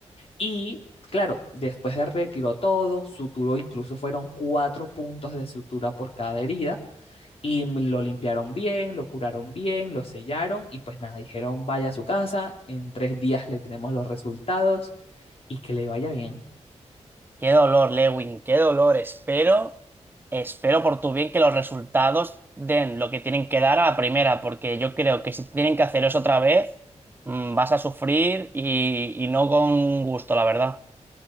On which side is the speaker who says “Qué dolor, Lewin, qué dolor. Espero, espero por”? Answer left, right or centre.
Right